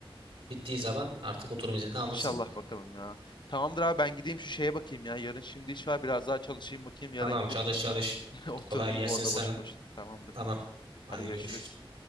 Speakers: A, on the right (about 70°); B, on the left (about 50°).
A: Bittiği zaman artık oturum izni de alırsın.
B: İnşallah bakalım ya. Tamamdır abi ben gideyim şu şeye bakayım ya. Yarın şimdi iş var biraz daha çalışayım bakayım. Yarın
A: Tamam
B: gidip
A: çalış çalış.
B: <laughs> oturmayayım
A: Kolay gelsin
B: orada
A: sana.
B: boş boş. Tamamdır.
A: Tamam. Hadi
B: Hadi görüşürüz.
A: görüşürüz.